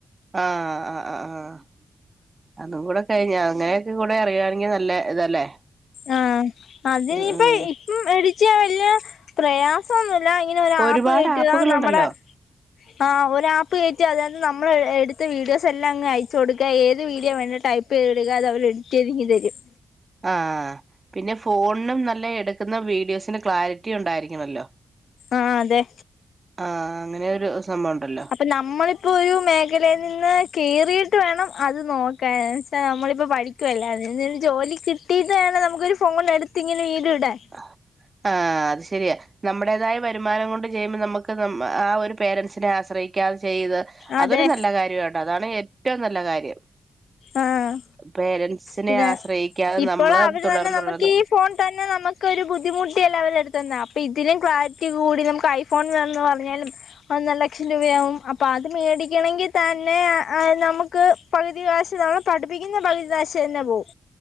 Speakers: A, on the right; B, on the left.
A: ആഹ് ആഹ് ആഹ് ആഹ് അതും കൂടെ കഴിഞ്ഞാ അങ്ങനെയൊക്കെക്കൂടെ അറിയുവാണെങ്കിൽ നല്ല ഇതല്ലേ
B: ആഹ് അതിനിപ്പം
A: ഉം ഉം
B: ഇപ്പം എടിച്ച വല്യ പ്രയാസൊന്നുവില്ല ഇങ്ങനെ ഒരു
A: ഒരുപാട്
B: ആപ്പ് കേറ്റുക
A: ആപ്പുകളുണ്ടല്ലോ
B: നമ്മടെ ആഹ് ഒരു ആപ്പ് കേറ്റി അതിനാത്ത് നമ്മള് എ എടുത്ത വീഡിയോസ് എല്ലാം അങ്ങ് അയച്ചു കൊടുക്കുവ ഏത് വീഡിയോ വേണ്ടേ ടൈ പ്പേടുകദേ അതവര് എഡിറ്റ് ചെയ്തിങ്ങു തെരും
A: ആഹ് ആഹ് പിന്നെ ഫോണിനും നല്ലെ എടുക്കുന്ന വീഡിയോസിന് ക്ലാരിറ്റി ഉണ്ടാരിക്കണോല്ലോ
B: ആഹ് അതെ
A: ആഹ് അങ്ങനെ ഒരു സംഭവം ഒണ്ടല്ലോ
B: പ്പം നമ്മള് ഇപ്പൊ ഒരു മേഖലയിൽ നിന്ന് കേറീട്ട് വേണം അത് നോ ക്കാന് ച്ച മ്മളിപ്പൊ പഠിക്കുവല്ലേ അതിൽനി ജോലി കിട്ടീട്ട് വേണം നമുക്കൊരു ഫോൺ എടുത്തിങ്ങനെ വീഡിയോ ഇടാൻ
A: അതു അത് ശെരിയാ നമ്മുടേതായ വരുമാനം കൊണ്ട് ചെയ്യുമ്പം നമുക്ക് നമ്മ ആഹ് ഒരു പേരൻറ്സിനെ ആശ്രയി ക്കാതെ ചെയ്ത്
B: അതെ
A: അതൊരു നല്ല കാര്യാട്ടോ അതാണ് ഏറ്റൊം നല്ല കാര്യം
B: ആഹ്
A: പേരൻസിനെ
B: പിന്നെ
A: ആശ്രയിക്കാതെ
B: ഇപ്പോളവര്
A: നമ്മള് തുടർന്ന്
B: തന്നെ നമുക്ക്
A: തുടർന്ന്
B: ഈ ഫോൺ തന്നെ നമുക്ക് ക്കൊരു ബുദ്ധിമുട്ടിയല്ലെ അവരെടുത്തന്നെ അപ്പൊ ഇതിലും ക്ലാരിറ്റി കൂടി നമുക്ക് ഐഫോൺ വേണന്ന് പറഞ്ഞാലും ഒന്നര ലക്ഷം രൂപയാകും അപ്പൊ അത് മേടിക്കണെങ്കിൽ തന്നെ അത് നമുക്ക് പകുതി കാശ് നമ്മളെ പഠിപ്പിക്കുന്ന പകുതി കാശ് തന്നെ പോവും